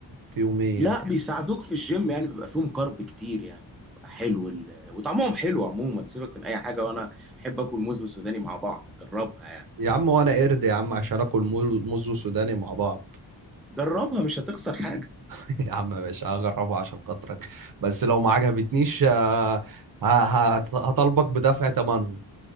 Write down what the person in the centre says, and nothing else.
لا بيساعدوك في الجيم يعني بيبقى فيهم كارب كتير يعني بيبقى حلو ال... وطعمهم حلو عموما سيبك من اي حاجه وانا احب اكل موز وسوداني مع بعض جربها يعني
جربها مش هتخسر حاجه